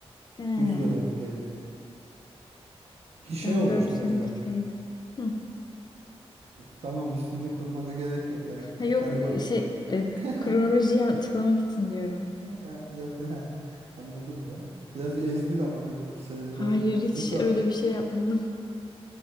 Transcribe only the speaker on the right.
Güz dönemindeydi. Ki şey
olmuştu
mesela.
Tamam üstünlük kurmana gerek yok ben
<laughs>
garibanım.
<laughs>
Ha, Yok ha. Anladım ya. Biraz ezdin ama benim iki senelik
oldum.
Kötü